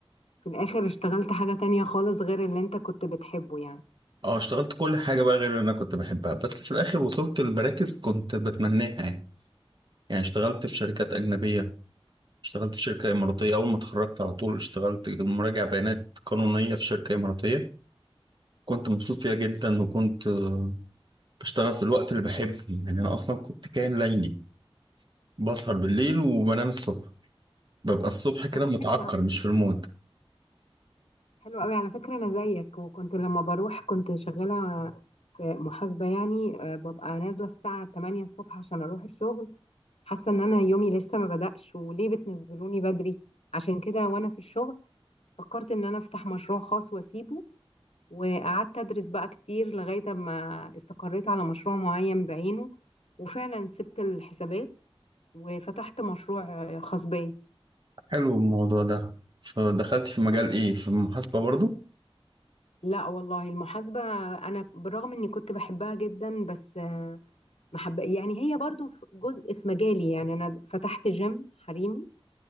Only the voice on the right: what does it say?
اه اشتغلت كل حاجة بقى غير اللي انا كنت بحبها بس في الاخر وصلت لمراكز كنت بتمناها يعني يعني اشتغلت في شركات اجنبية اشتغلت في شركة اماراتية اول ما اتخرجت على طول اشتغلت مراجع بيانات قانونية في شركة اماراتية كنت مبسوط فيها جدا وكنت آه، بشتغل في الوقت اللي بحبه يعني انا اصلا كنت كائن ليلي بسهر بالليل وبنام الصبح ببقى الصبح كده
متعكر
مش في المود
حلو الموضوع ده فدخلت في مجال ايه في المحاسبة برضو